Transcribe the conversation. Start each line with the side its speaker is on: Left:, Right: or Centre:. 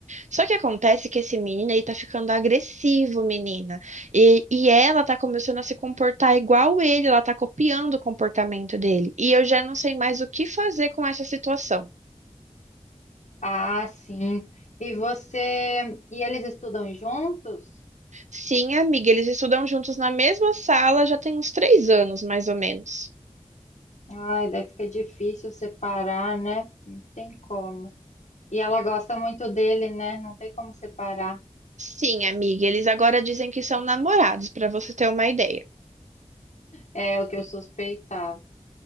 Right: Só que acontece que esse menino aí tá ficando agressivo, menina. E, e ela tá começando a se comportar igual ele, ela tá copiando o comportamento dele. E eu já não sei mais o que fazer com essa situação.
Left: Ah, sim. E você e eles estudam juntos?
Right: Sim, amiga, eles estudam juntos na mesma sala já tem uns três anos, mais ou menos.
Left: Ai, daí fica difícil separar, né? Não tem como. E ela gosta muito dele, né? Não tem como separar.
Right: Sim, amiga, eles agora dizem que são namorados, pra você ter uma ideia.
Left: É o que eu suspeitava.